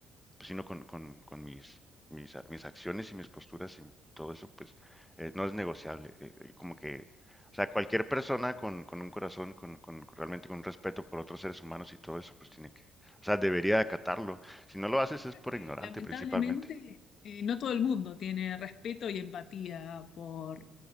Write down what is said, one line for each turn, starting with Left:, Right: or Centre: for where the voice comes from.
Centre: pues, sino con, con, con mis, mis, mis, acciones y mis posturas y todo eso, pues eh, no es negociable. Eh, eh, como que, o sea, cualquier persona con, con un corazón, con, con realmente con un respeto por otros seres humanos y todo eso, pues tiene que, o sea, debería acatarlo. Si no lo haces
Left: tema
Centre: es por
Left: que
Centre: ignorante
Left: lamentablemente
Centre: principalmente.
Left: eh, no todo el mundo tiene respeto y empatía por